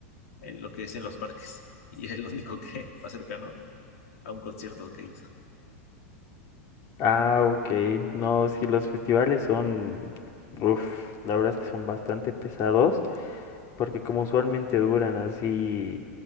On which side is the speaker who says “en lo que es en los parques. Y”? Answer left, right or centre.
Left